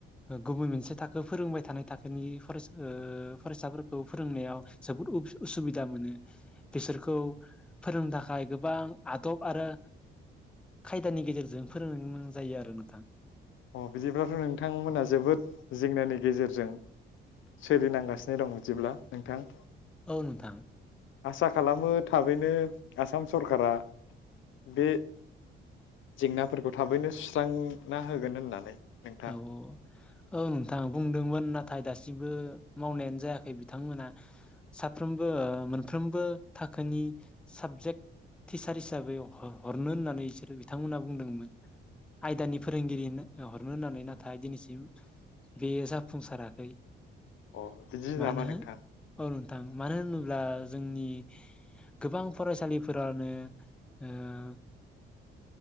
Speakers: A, in the centre; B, on the left.
A: गुबुन मोनसे थाखो फोरोंबाय थानाय थाखोनि फरायसा अ फरायसाफोरखौ फोरोंनायाव जोबोद उसुबिदा मोनो बिसोरखौ फोरोंनो थाखाय गोबां आदब आरो खायदानि गेजेरजों फोरोंनो गोनां जायो आरो नोंथां
B: अ बिदिब्लाथ' नोंथांमोना जोबोद जेंनानि गेजेरजों सोलिनांगासिनो दं बिदिब्ला नोंथां
A: औ नोंथां
B: आसा खालामो थाबैनो आसाम सरकारा बे जेंनाफोरखौ थाबैनो सुस्रांना होगोन होननानै नोंथां
A: औ औ अ नोंथां बुंदोंमोन नाथाय दासिमबो मावनायानो जायाखै बिथांमोना साफ्रोमबो मोनफ्रोमबो थाखोनि साबजेक्ट टिचार हिसाबै हरनो होननानै बिसोरो बिथांमोना बुंदोंमोन आयदानि फोरोंगिरि नो नो होननानै नाथाय दिनैसिम बे जाफुंसाराखै
B: अ बिदिसो
A: मानो
B: नामा नोंथां
A: औ नोंथां मानो होनोब्ला जोंनि गोबां फरायसालिफोरानो अह